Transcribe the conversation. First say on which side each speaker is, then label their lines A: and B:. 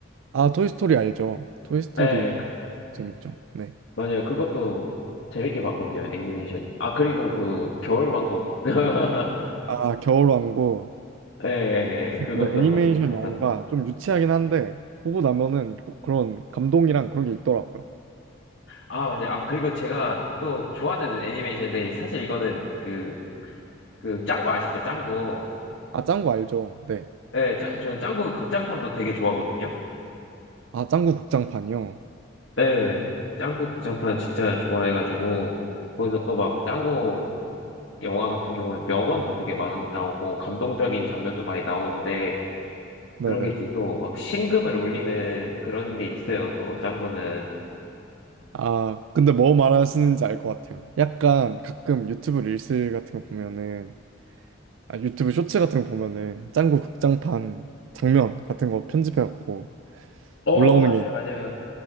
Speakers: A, on the right; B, on the left.
A: 아, 토이스토리 알죠? 토이스토리
B: 네, 그-
A: 재밌죠? 네.
B: 맞아요. 그것도 재밌게 봤거든요, 애니메이션. 아, 그리고 그 겨울왕국. <laughs>
A: 아, 겨울왕국.
B: 예, 예, 예, 그것도
A: 근데 애니메이션
B: 봤- 봤었.
A: 영화가 좀 유치하긴 한데 보고 나면은 꼭 그런 감동이랑 그런 게 있더라고요.
B: 아, 맞아요. 아, 그리고 제가 또 좋아하는 애니메이션인데, 사실 이거는 그, 그 짱구 아시죠? 짱구.
A: 아 짱구 알죠? 네.
B: 예, 짱, 저는 짱구 극장판도 되게 좋아하거든요.
A: 아 짱구 극장판이요.
B: 네, 짱구 극장판 진짜 좋아해가지고, 거기서 또 막 짱구 영화 같은 경우는 명언도 되게 많이 나오고, 감동적인 장면도 많이 나오는데,
A: 네네.
B: 그런 게 이제 또 막 심금을 울리는 그런 게 있어요, 또 짱구는.
A: 아 근데 뭐 말하시는지 알 것 같아요. 약간 가끔 유튜브 릴스 같은 거 보면은 아 유튜브 쇼츠 같은 거 보면은 짱구 극장판 장면 같은 거 편집해갖고
B: 어,
A: 올라오는
B: 맞아요,
A: 게 있...
B: 맞아요.